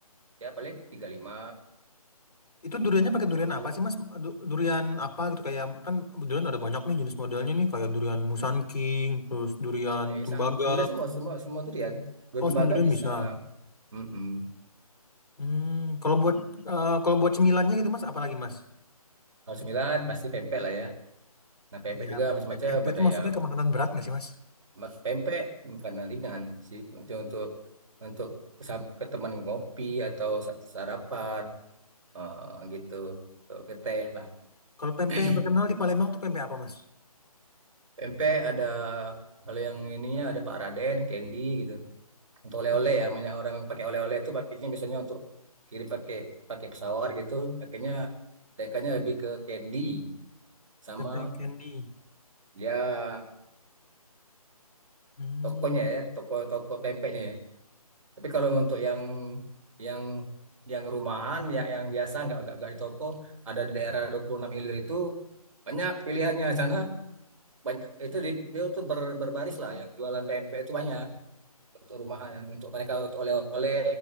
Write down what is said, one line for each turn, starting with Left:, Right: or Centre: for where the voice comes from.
Right: ya paling tiga puluh lima
Left: Itu duriannya
Right: empat
Left: pakai
Right: puluh
Left: durian apa sih Mas? Du- Durian apa gitu kayak kan durian ada banyak nih jenis modelnya nih kayak durian Musan King, terus durian
Right: eh
Left: tembaga.
Right: sama, durian semua semua semua durian durian
Left: Oh,
Right: tembaga
Left: semua durian
Right: bisa
Left: bisa.
Right: Mm-mm.
Left: Hmm, kalau buat
Right: Mm-mm.
Left: eh, kalau buat cemilannya gitu Mas, apa lagi Mas?
Right: Kalau cemilan pasti pempek lah ya. Nah pempek
Left: Ya,
Right: juga
Left: pempek.
Right: macam-macam.
Left: Pempek
Right: Ada
Left: itu masuknya
Right: yang
Left: ke makanan berat nggak sih Mas?
Right: mak- pempek makanan ringan sih. Itu untuk untuk kesam sam- ke teman ngopi atau sa- sarapan eh, gitu. Tuh, ke teh lah.
Left: Kalau pempek
Right: <clears throat>
Left: yang terkenal di Palembang tuh pempek apa Mas?
Right: Pempek ada kalau yang ininya ada Pak Raden, Candy gitu. Untuk oleh-oleh
Left: Pempek
Right: ya, banyak orang yang pakai oleh-oleh itu pakainya biasanya untuk kirim pakai pakai pesawat gitu. Pakainya mereka lebih ke candy sama
Left: pempek candy.
Right: ya
Left: Hmm,
Right: tokonya ya, toko-toko pempeknya ya. Tapi kalau untuk yang yang yang rumahan ya yang biasa nggak nggak nggak di toko ada di daerah 26 Ilir itu banyak pilihannya di sana banyak itu di dia tuh ber, berbaris lah yang jualan pempek itu banyak untuk rumahan untuk mereka untuk oleh-oleh